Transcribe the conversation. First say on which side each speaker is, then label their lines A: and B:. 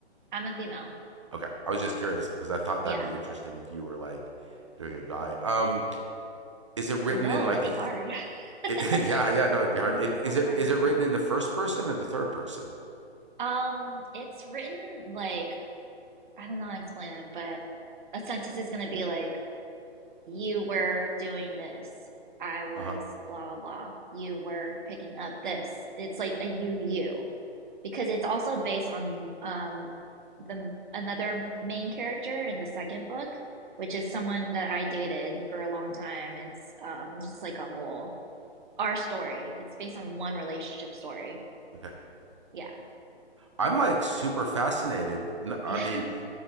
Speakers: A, on the right; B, on the right.
A: I'm a female.
B: Okay, I was just curious because I thought
A: Yeah.
B: that'd be interesting if you were like doing a guy. Um, is it written
A: No,
B: in like
A: that'd be
B: the?
A: hard.
B: It,
A: <laughs>
B: <laughs> yeah, yeah, no, it'd be hard.
A: That'd be
B: It,
A: so
B: is it
A: hard.
B: is it written
A: Yeah.
B: in the first person or the third person?
A: Um, it's written like I don't know how to explain it, but a sentence is gonna be like, you were doing this, I was
B: Uh huh.
A: blah blah blah, you were picking up this. It's like a you you because it's also based on um the another main character in the second book, which is someone that I dated for a long time. It's um just like a whole our story. It's based on one relationship story.
B: Okay,
A: Yeah.
B: I'm like super fascinated.
A: <laughs>
B: N-
A: Yeah.
B: I mean,